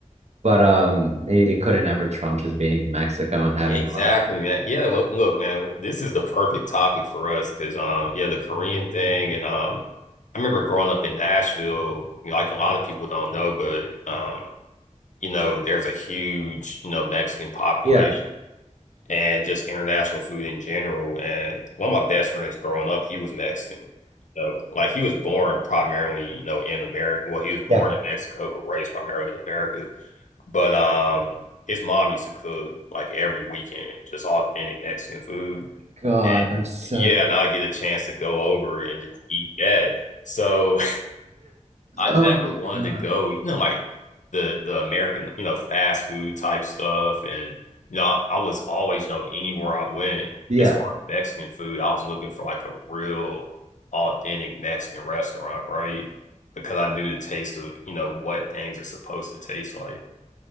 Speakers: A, on the right; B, on the left.
A: but um, it, it couldn't ever trump just being in Mexico and having
B: Exactly,
A: all that.
B: man. Yeah, look, look, man, this is the perfect topic for us because um yeah, the Korean thing and um I remember growing up in Nashville, you know, like a lot of people don't know, but um, you know, there's a huge, you know, Mexican population.
A: Yeah,
B: and just international food in general. And one of my best friends growing up, he was Mexican. So, like, he was born primarily, you know, in America. Well, he was
A: yeah.
B: born in Mexico, but raised primarily in America. But um, his mom used to cook like every weekend, just authentic Mexican food.
A: God,
B: And
A: I'm so.
B: yeah,
A: <laughs>
B: and I get a chance to go over and just eat that. So I
A: Oh
B: never
A: my
B: wanted
A: God.
B: to go, you know, like the the American, you know, fast food type stuff. And, you know, I was always, you know, anywhere I went,
A: Yeah.
B: as far as Mexican food, I was looking for like a real authentic Mexican restaurant, right? Because I knew the taste of, you know, what things are supposed to taste like.